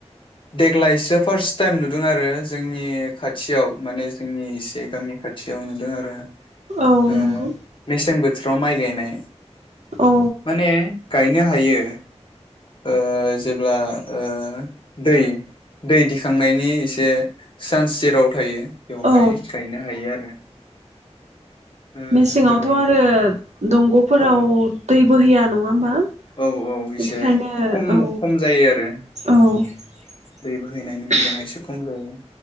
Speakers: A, on the left; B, on the right.
A: देग्लायसो फार्स्ट टाइम नुदों आरो जोंनि खाथियाव माने जोंनि एसे गामि खाथियाव नुदों आरो ।
B: औ
A: ओ
B: नंगौ
A: मेसें बोथो बोथोराव माइ गायनाय ।
B: औ
A: माने गायनो हायो ओ जेब्ला ओ दै दै दिखांनायनि एसे सान सेराव थायो बेवहाय
B: औ
A: गायनो हायो आरो ओ
B: मेसेङावथ'
A: जोंफोरनि
B: आरो दंग'फोराव
A: औ
B: दै बोहैया नङा होमबा
A: औ औ
B: बेनिखायनो
A: एसे खम
B: औ
A: खम जायो आरो
B: औ
A: दै बोहैनायनि बिबाङा एसे खम जायो